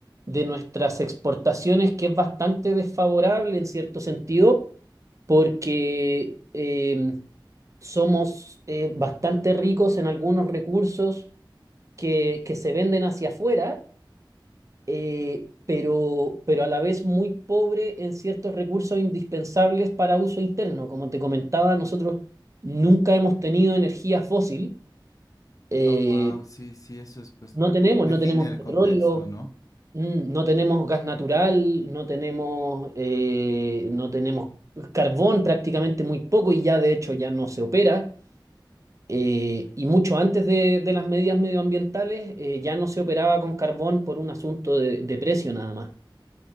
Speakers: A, on the right; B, on the left.
A: de nuestras exportaciones que es bastante desfavorable en cierto sentido, porque eh, somos eh, bastante ricos en algunos recursos que, que se venden hacia afuera, eh, pero, pero a la vez muy pobre en ciertos recursos indispensables para uso interno. Como te comentaba, nosotros nunca hemos tenido energía fósil. eh,
B: Oh, wow, sí, sí, eso es, pues,
A: No tenemos,
B: que define
A: no tenemos
B: el
A: petróleo,
B: contexto, ¿no?
A: mm, no tenemos gas natural, no tenemos, eh, no tenemos carbón prácticamente muy poco y ya de hecho ya no se opera. Eh, y mucho antes de, de las medidas medioambientales eh, ya no se operaba con carbón por un asunto de, de precio nada más.